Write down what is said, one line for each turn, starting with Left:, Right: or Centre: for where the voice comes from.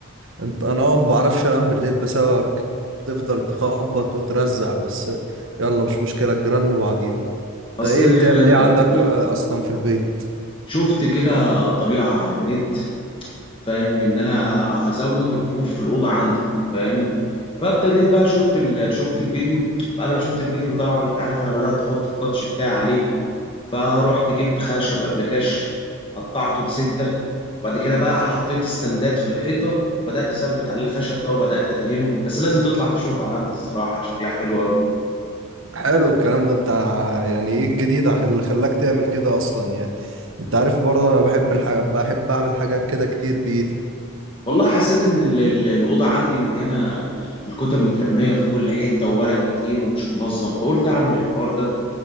Right: انت انا اه ما بعرفش انام بالليل بسببك بتفضل تخبط وترزع بس يلا مش مشكلة الجيران اللي بعضيها انت
Left: اصل
Right: ايه بتعمل ايه عندك
Left: شفت
Right: اصلا في البيت
Left: شفت كده طريقه على النت فاهم ان انا هزود رفوف في الاوضه عندي فاهم فابتديت بقى شفت ال... شفت الفيديو بعد ما شفت الفيديو طبعا انت عارف انا بدات احط التاتش بتاعي عليه فروحت جبت خشب ابلكاش قطعته لستة وبعد كده بقى حطيت استندات في الحيطه وبدات اثبت عليه الخشب ده وبدات ادهنه بس لازم تطلع تشوفها عندي الصراحه شكلها حلو قوي
Right: حلو الكلام ده انت ع- يعني ايه الجديد ع- اللي خلاك تعمل كده اصلا يعني انت عارف برضه انا بحب الحاجة بحب اعمل حاجات كده كتير بايدي
Left: والله حسيت ان ال- ال- الاوضه عندي مليانه الكتب مترميه في كل حته وورق كتير ومش منظم فقلت اعمل الحوار ده